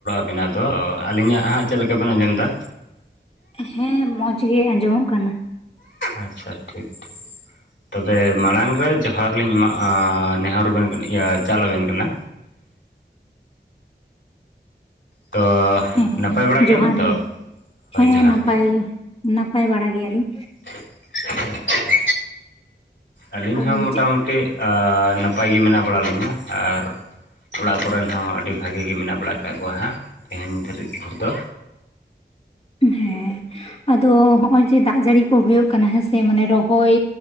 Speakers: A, on the left; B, on the left.
A: ᱟᱫᱚ ᱟᱹᱞᱤᱧᱟᱜ ᱦᱟᱸᱜ ᱪᱮᱫ ᱞᱮᱠᱟ ᱵᱮᱱ ᱟᱸᱡᱚᱢ ᱮᱫᱟ
B: ᱦᱮᱸ ᱢᱚᱸᱡᱽᱜᱮ ᱟᱸᱡᱚᱢᱚᱜ ᱠᱟᱱᱟ
A: ᱟᱪᱪᱷᱟ ᱴᱷᱤᱠ ᱴᱷᱤᱠ ᱛᱚᱵᱮ ᱢᱟᱲᱟᱝ ᱨᱮ ᱡᱚᱦᱟᱨᱞᱤᱧᱟᱜ ᱱᱮᱦᱚᱨ ᱟᱵᱮᱱ ᱤᱭᱟᱹ ᱪᱟᱞ ᱟᱵᱮᱱ ᱠᱟᱱᱟ ᱛᱚ
B: ᱦᱮᱸ
A: ᱱᱟᱯᱟᱭ ᱵᱟᱲᱟ
B: ᱡᱚᱦᱟᱨ
A: ᱜᱮᱭᱟᱵᱮᱱ ᱛᱚ
B: ᱜᱮ
A: ᱦᱳᱭ
B: ᱦᱮᱸ
A: ᱡᱚᱦᱟᱨ
B: ᱱᱟᱯᱟᱭ
A: ᱜᱮ
B: ᱱᱟᱯᱟᱭ ᱵᱟᱲᱟ ᱜᱮᱭᱟᱞᱤᱧ
A: <inaudible> ᱟᱹᱞᱤᱧ
B: ᱟᱨ
A: ᱦᱚᱸ ᱢᱚᱴᱟᱢᱩᱴᱤ
B: ᱪᱮᱫ
A: ᱱᱟᱯᱟᱭ ᱜᱮ ᱢᱮᱱᱟᱜ ᱵᱟᱲᱟ ᱞᱤᱧᱟ ᱟᱨ ᱚᱲᱟᱜ ᱠᱚᱨᱮᱱ ᱦᱚᱸ ᱟᱹᱰᱤ ᱵᱷᱟᱜᱮ ᱜᱮ ᱢᱮᱱᱟᱜ ᱵᱟᱲᱟ ᱟᱠᱟᱫ ᱠᱚᱣᱟ ᱦᱟᱸᱜ ᱛᱮᱦᱮᱧ ᱫᱷᱟᱹᱨᱤᱡ ᱛᱮ ᱫᱚ
B: ᱦᱮᱸ ᱟᱫᱚ ᱱᱚᱜ-ᱚᱭ ᱡᱮ ᱫᱟᱜ ᱡᱟᱹᱲᱤ ᱠᱚ ᱦᱩᱭᱩᱜ ᱠᱟᱱᱟ ᱦᱮᱸᱥᱮ ᱢᱟᱱᱮ ᱨᱚᱦᱚᱭ